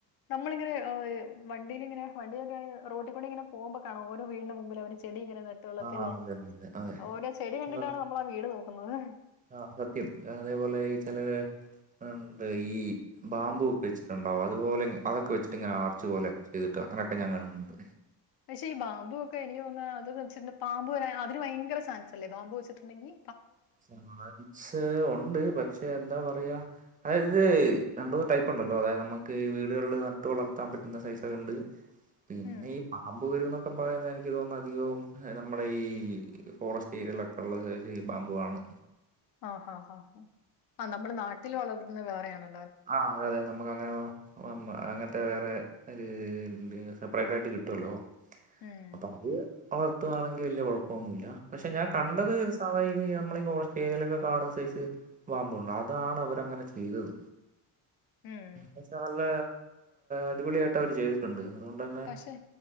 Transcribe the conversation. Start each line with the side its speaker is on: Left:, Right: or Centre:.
Left: നമ്മളിങ്ങനെ വണ്ടിയിലിങ്ങനെ വണ്ടി <unintelligible> റോട്ടികൂടി ഇങ്ങനെ പോകുമ്പോ കാണാം ഓരോ വീടിന്റെ മുമ്പിൽ അവര് ചെടി ഇങ്ങനെ നട്ടുവളത്തില്ലേ
Right: ആ അതെ അതെ അതെ
Left: ഓരോ ചെടി കണ്ടിട്ടാണ്
Right: അതെ
Left: നമ്മള് ആ വീട് നോക്കുന്നത്
Right: ആഹ് സത്യം അതേപോലെ ഈ ചില ര് ണ്ട് ഈ ബാംബു ഒക്കെ വെച്ചിട്ടുണ്ടാവും അതുപോലെ അതൊക്കെ വെച്ചിട്ട് ഇങ്ങനെ ആർച്ച് പോലെ ചെയ്തിട്ടാകും അങ്ങനെയൊക്കെ ഞാൻ കണ്ട്ണ്ട്
Left: പക്ഷെ ഈ ബാംബു ഒക്കെ എനിക്ക് തോന്ന് അത് വെച്ചിട്ടു പാമ്പ് വരാ അതിന് ഭയങ്കര ചാൻസല്ലേ ബാംബു വെച്ചിട്ടുണ്ടെങ്കിൽ
Right: ചാൻസ് ഉണ്ട് പക്ഷെ എന്താ പറയാ അതായത് രണ്ട് മൂന്ന് ടൈപ്പുണ്ടല്ലോ അതായത് നമുക്ക് വീടുകളിൽ നട്ട് വളർത്താൻ പറ്റുന്ന സൈസൊക്കെണ്ട് പിന്നെ
Left: ഉം
Right: ഈ പാമ്പ് വരുന്നൊ ക്കെ പറയുന്നത് എനിക്ക് തോന്നുന്നു അധികവും നമ്മുടെ ഈ ഫോറസ്റ്റ് ഏരിയയിലൊക്കെ ഉള്ള ബാംബു ആണ്
Left: ആ ഹാ ഹാ ആ നമ്മുടെ നാട്ടിൽ വളരുന്നത് വേറെയാണ്
Right: ആഹ് അതെ അതെ നമ്മുക്ക് അങ്ങനെ അങ്ങന വേറെ ഒര് സെപ്പറേറ്റ് ആയിട്ട് കിട്ടുവല്ലോ
Left: ഉം
Right: അപ്പൊ അത് വള ത്തുവാണെങ്കി വല്ല്യ കൊ ഴപ്പമൊന്നുല്ല. പക്ഷെ ഞാൻ കണ്ടത്
Left: ഉം
Right: സധാ നമ്മള ഈ ഫോറസ്റ്റ് ഏരിയിലൊക്കെ കാണുന്ന സൈസ് പാമ്പോണ്ട് അതാണ് അവര് അങ്ങനെ ചെയ്തത്.
Left: ഉം.
Right: പശേ നല്ല അടിപൊളിയായിട്ട് അവര് ചെയ്തിട്ടുണ്ട്. അതുകൊണ്ട് തന്നെ
Left: പക്ഷെ